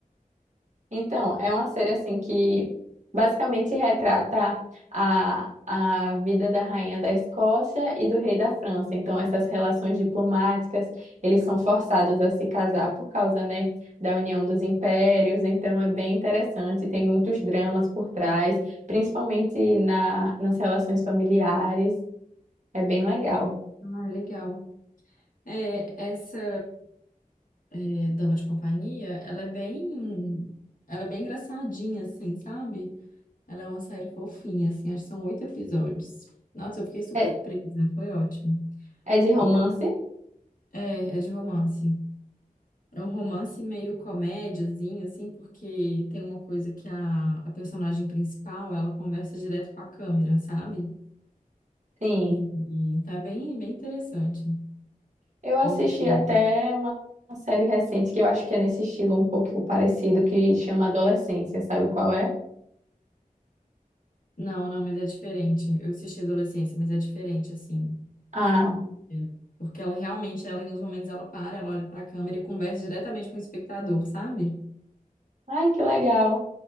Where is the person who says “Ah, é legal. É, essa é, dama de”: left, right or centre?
Left